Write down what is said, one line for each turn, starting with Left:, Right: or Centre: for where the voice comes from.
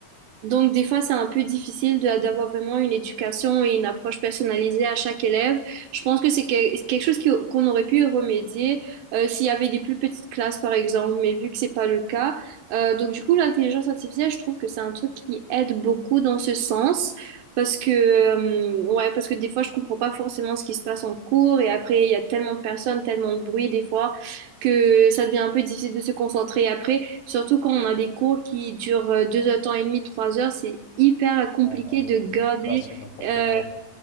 Right: Donc, des fois, c'est un peu difficile de- d'avoir vraiment une éducation et une approche personnalisée à chaque élève. Je pense que c'est que- quelque chose qui- qu'on aurait pu remédier euh, s'il y avait des plus petites classes, par exemple, mais vu que c'est pas le cas. euh, donc, du coup, l'intelligence artificielle, je trouve que c'est un truc qui aide beaucoup dans ce sens. Parce que, euh, ouais, parce que des fois, je comprends pas forcément ce qui se passe en cours et après, il y a tellement de personnes, tellement de bruit des fois que ça devient un peu difficile de se concentrer après. Surtout quand on a des cours qui durent euh, deux heures et demie, trois heures, c'est hyper compliqué
Left: Non, non, non.
Right: de garder,
Left: Ça, c'est n'importe
Right: euh,
Left: quoi.